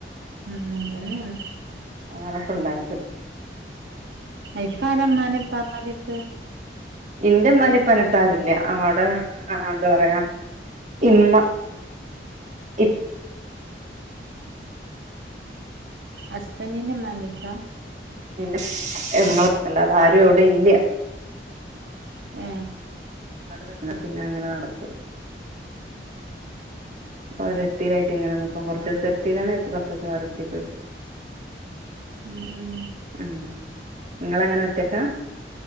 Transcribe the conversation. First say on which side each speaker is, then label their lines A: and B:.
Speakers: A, on the right (about 75°); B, on the right (about 40°).
A: ഉം അതെന്നേണ്
B: അതാണ്പ്പണ്ടായത്
A: ഇപ്പാരാ മ്മാന്റി ഇപ്പാപ്പന്റിട്ത്ത്
B: ഇന്റമ്മാന്റി ഇപ്പാന്റട്ത്താരുല്ല. അവടെ ആഹ് ന്താപറയാ ഇമ്മ ഇപ്
A: ഹസ്ബന്റിന്റെ ഇമ്മാന്റട്ത്താ
B: പിന്നെ എങ്ങളും അല്ലാതാരു അവടെ ഇല്ല്യ
A: ഏ
B: <unintelligible> പിന്നെ അങ്ങന നടക്കും ഒരോര്ത്തീലായ്ട്ട്ങ്ങനെ നിക്കും കൊറ്ച്ചീസത്തിനാണെ കൊറ്ച്ചീസം വേറൊര്ത്തി പോയി നിക്കും
A: ഉം ഉം
B: ഉം ഇങ്ങെളങ്ങനെ ഒറ്റക്കാ